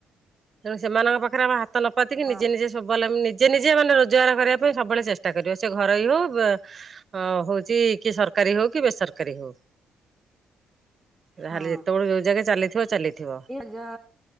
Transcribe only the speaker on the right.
ତେଣୁ ସେମାନଙ୍କ ପାଖେରେ ଆମେ ହାତ ନ ପାତିକି
ନିଜେ ନିଜେ ସ୍ୱାବଲମ୍ବୀ ନିଜେ ନିଜେ ମାନେ ରୋଜଗାର କରିବା ପାଇଁ ସବୁବେଳେ ଚେଷ୍ଟା କରିବ ସେ ଘରୋଇ ହଉ ବା ଅ ହଉଚି କି ସରକାରୀ ହଉ କି ବେସରକାରୀ ହଉ।
ଯାହେଲେ ଯେତେବେଳେ ଯୋଉ ଜାଗା ଚାଲିଥିବ ଚାଲିଥିବ।